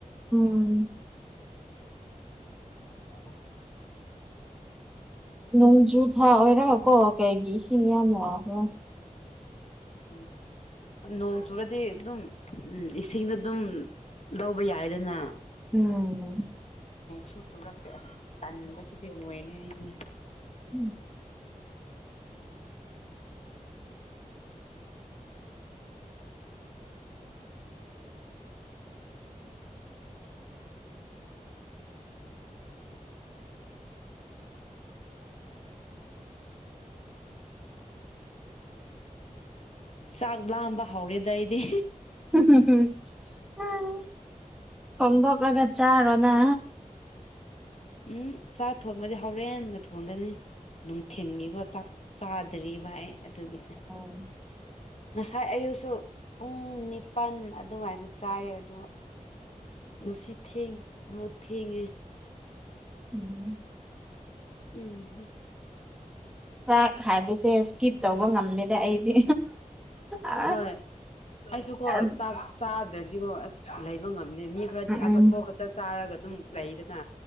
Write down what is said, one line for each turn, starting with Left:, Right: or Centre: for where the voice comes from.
Centre: ꯎꯝ
Left: <inaudible>
Centre: ꯅꯣꯡꯖꯨ ꯊꯥ ꯑꯣꯏꯔꯒ ꯀꯣ ꯀꯩꯒꯤ ꯏꯁꯤꯡ ꯌꯥꯝ ꯋꯥꯕ꯭ꯔꯥ
Left: ꯎꯝ ꯅꯣꯡ ꯆꯨꯔꯗꯤ ꯑꯗꯨꯝ ꯎꯝ ꯏꯁꯤꯡꯗ ꯑꯗꯨꯝ ꯂꯧꯕ ꯌꯥꯏꯗꯅ
Centre: ꯎꯝ
Left: ꯁꯨ ꯁꯨꯔꯛꯇꯦ ꯑꯁ ꯇꯟꯕꯁꯤꯗꯤ ꯂꯣꯏꯔꯦ ꯑꯩꯁꯦ
Centre: ꯎꯝ
Left: ꯆꯥꯛ ꯂꯥꯝꯕ ꯍꯧꯔꯦꯗ ꯑꯩꯗꯤ
Centre: <unintelligible> ꯎꯝ ꯊꯣꯡꯗꯣꯛꯂꯒ ꯆꯥꯔꯣꯅ
Left: ꯎꯝ ꯆꯥꯛ ꯊꯣꯡꯉꯗꯤ ꯍꯧꯔꯦꯟꯅ ꯊꯣꯡꯒꯅꯤ ꯅꯨꯡꯊꯤꯟꯒꯤꯀꯣ ꯆꯥꯛ ꯆꯥꯗ꯭ꯔꯤꯕ ꯑꯩ ꯑꯗꯨꯒꯤ
Centre: ꯑꯣ
Left: ꯉꯁꯥꯏ ꯑꯌꯨꯛꯁꯨ ꯄꯨꯡ ꯅꯤꯄꯥꯟ ꯑꯗꯨꯋꯥꯏꯗ ꯆꯥꯏꯌꯦ ꯑꯗꯣ ꯉꯁꯤ ꯊꯦꯡꯕꯨ ꯊꯦꯡꯉꯦ
Centre: ꯎꯝ
Left: ꯎꯝꯍꯝ
Centre: ꯆꯥꯛ ꯍꯥꯏꯕꯁꯦ ꯏꯁꯀꯤꯞ ꯇꯧꯕ ꯉꯝꯗꯦꯗ ꯑꯩꯗꯤ ꯑ
Left: ꯍꯣꯏ ꯑꯩꯁꯨ ꯀꯣ
Centre: ꯎꯝ
Left: ꯆꯥꯛ ꯆꯥꯗ꯭ꯔꯗꯤꯀꯣ ꯑꯁ ꯂꯩꯕ ꯉꯝ ꯅꯤ ꯃꯤ ꯈꯔꯗꯤ ꯑꯆꯥꯄꯣꯠ
Centre: ꯎꯝ
Left: ꯈꯠꯇ ꯆꯥꯔꯒ ꯑꯗꯨꯝ ꯂꯩꯗꯅ